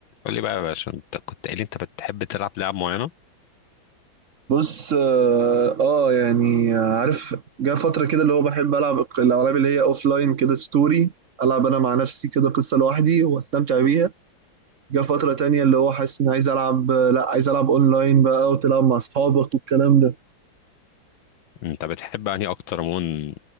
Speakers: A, on the left (about 75°); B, on the right (about 55°).
A: قول لي بقى يا باشا انت كنت قايل لي انت بتحب تلعب لعب معينة
B: بص اه آه، يعني آه، عارف جه فترة كده اللي هو بحب ألعب الق- الألعاب اللي هي أوف لاين كده ستوري ألعب أنا مع نفسي كده قصة لوحدي وأستمتع بيها جه فترة تانية اللي هو حاسس إن عايز ألعب آه، لأ عايز ألعب أونلاين بقى وتلعب مع أصحابك والكلام ده
A: انت بتحب انهي اكتر عموما